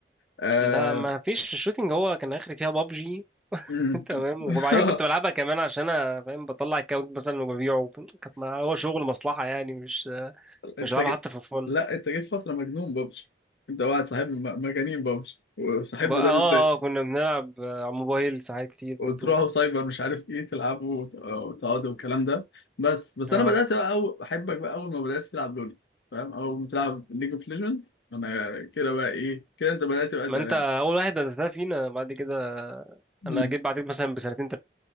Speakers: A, on the left; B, in the centre.
A: آه...
B: لا ما فيش الشوتينج هو كان اخري فيها بابجي
A: مم.
B: <laughs> تمام وبعدين
A: <laughs>
B: كنت بلعبها كمان عشان انا فاهم بطلع الكاونت مثلا وببيعه كانت ما هو شغل مصلحة يعني مش
A: انت
B: مش بلعبها
A: جي-
B: حتى في فن
A: لا انت جيت فترة مجنون ببجي انت واحد صاحبنا م- مجانين ببجي وصاحبنا
B: بقى
A: ده
B: اه
A: بالذات
B: آه، كنا بنلعب آه، على الموبايل ساعات كتير
A: وتروحوا
B: برضو
A: سايبر مش عارف ايه تلعبوا وت- وتقعدوا والكلام ده بس بس
B: اه
A: انا بدات بقى أو احبك بقى اول ما بدات تلعب لول فاهم او بتلعب ليج اوف ليجند انا كده بقى ايه كده انت بدات بقى
B: ما
A: ت-
B: انت اول واحد بدأتها فينا بعد كده
A: مم.
B: انا جيت بعدك مثلا بسنتين